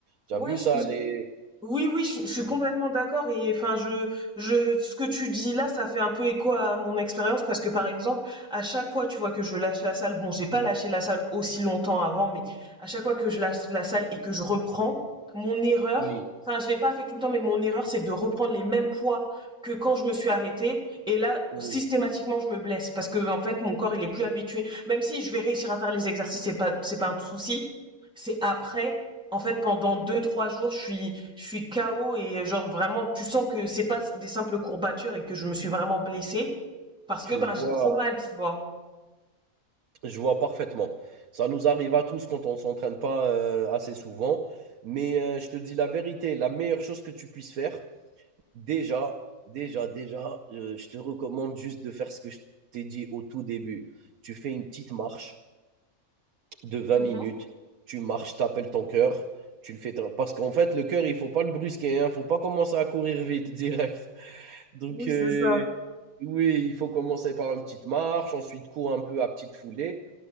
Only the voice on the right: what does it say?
Tu
as vu
ça, les.
Oui,
oui.
Tu
vois,
je vois parfaitement. Ça nous arrive à tous quand on s'entraîne pas euh, assez souvent. Mais euh, je te dis la vérité, la meilleure chose que tu puisses faire, déjà, déjà, déjà, euh, je te recommande juste de faire ce que je t'ai dit au tout début. Tu fais une petite marche de vingt
minutes. Tu marches, tu appelles ton cœur, tu le fais. tra- Parce qu'en fait, le cœur, il faut pas le brusquer, hein, faut pas commencer à courir vite <laughs> direct. Donc,
euh,
oui, il faut commencer par une petite marche, ensuite cours un peu à petite foulée.